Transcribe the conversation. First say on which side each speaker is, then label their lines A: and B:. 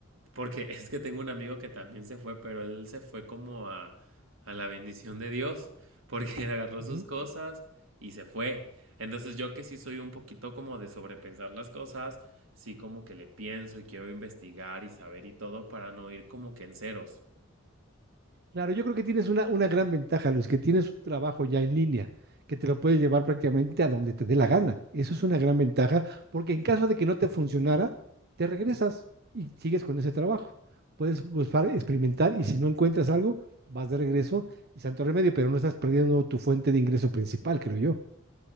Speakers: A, on the right (about 85°); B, on the right (about 55°).
A: Porque es que tengo un amigo que también se fue, pero él se fue como a, a la bendición de Dios, porque <laughs> él agarró
B: Uh
A: sus
B: -huh.
A: cosas y se fue. Entonces yo que sí soy un poquito como de sobrepensar las cosas, sí como que le pienso y quiero investigar y saber y todo para no ir como que en ceros.
B: Claro, yo creo que tienes una, una gran ventaja, Luis, que tienes un trabajo ya en línea, que te lo puedes llevar prácticamente a donde te dé la gana. Eso es una gran ventaja, porque en caso de que no te funcionara, te regresas y sigues con ese trabajo. Puedes buscar, experimentar y si no encuentras algo, vas de regreso y santo remedio, pero no estás perdiendo tu fuente de ingreso principal, creo yo.